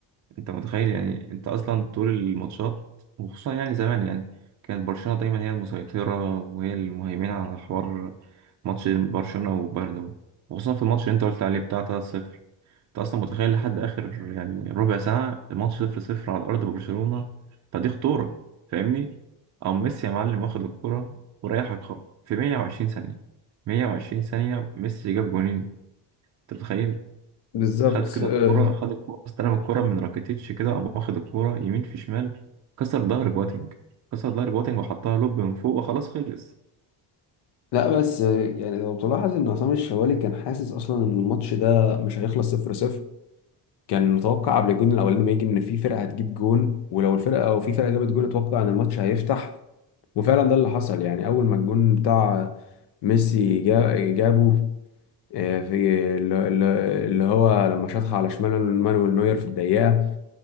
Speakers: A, on the right (about 45°); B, on the left (about 65°).
A: انت متخيل يعني انت اصلا طول الماتشات وخصوصا يعني زمان يعني كانت برشلونه دايما هي المسيطره وهي المهيمنه على حوار ماتش برشلونه وبايرن ده. وخصوصا في الماتش اللي انت قلت عليه بتاع 3-0 انت اصلا متخيل لحد اخر يعني ربع ساعه الماتش صفر صفر على ارض برشلونه فدي خطوره فاهمني او ميسي يا معلم واخد الكره وريحك خالص في 120 ثانيه 120 ثانيه ميسي جاب جونين انت متخيل
B: بالظبط
A: خد كده
B: آه،
A: الكره خد الكره استلم الكره من راكيتيتش كده قام واخد الكره يمين في شمال كسر ظهر بواتينج كسر ظهر بواتينج وحطها لوب من فوق وخلاص خلص
B: لا بس آه، يعني لو تلاحظ ان عصام الشوالي كان حاسس اصلا ان الماتش ده مش هيخلص صفر صفر كان متوقع قبل الجون الاولاني ما يجي ان في فرقه هتجيب جون ولو الفرقه او في فرقه جابت جون اتوقع ان الماتش هيفتح وفعلا ده اللي حصل يعني اول ما الجون بتاع ميسي جا- جابه آه، في اللي اللي- اللي هو لما شاطها على شمال مانويل نوير في الدقيقة